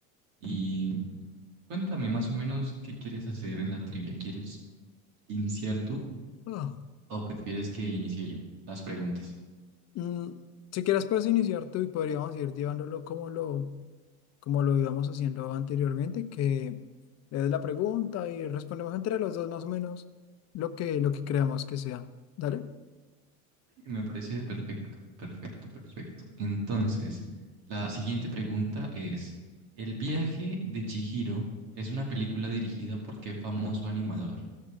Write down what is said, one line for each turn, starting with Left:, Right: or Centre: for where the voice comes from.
Right: Y cuéntame más o menos qué quieres hacer en la trivia. ¿Quieres iniciar tú
Left: Ah,
Right: o prefieres que inicie yo las preguntas?
Left: mm, si quieres, puedes iniciar tú y podríamos ir llevándolo como lo, como lo íbamos haciendo anteriormente, que le des la pregunta y respondemos entre los dos más o menos lo que, lo que creamos que sea. Dale.
Right: Me parece perfecto, perfecto, perfecto. Entonces, la siguiente pregunta es, ¿El viaje de Chihiro es una película dirigida por qué famoso animador?